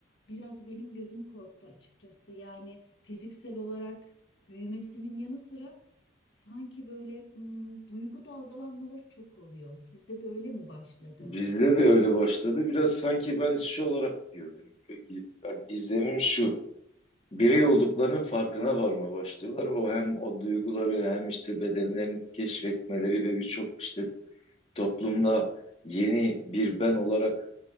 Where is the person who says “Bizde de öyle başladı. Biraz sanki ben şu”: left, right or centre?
Left